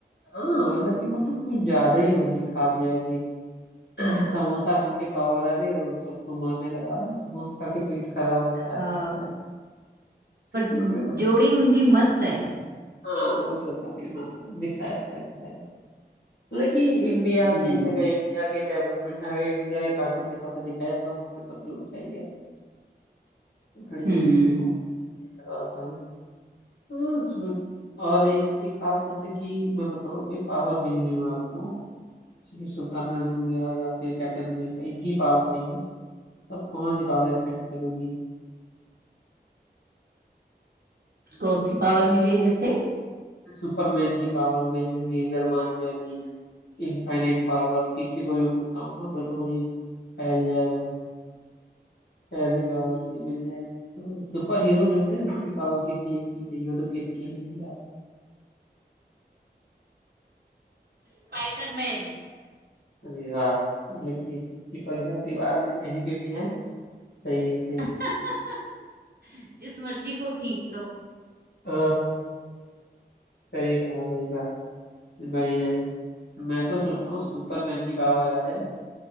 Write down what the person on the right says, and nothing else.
हाँ
पर
जोड़ी उनकी मस्त है
हम्म
हम्म
कौन सी पावर मिले जैसे
स्पाइडरमैन
<laughs>
जिस मर्जी को खींच लो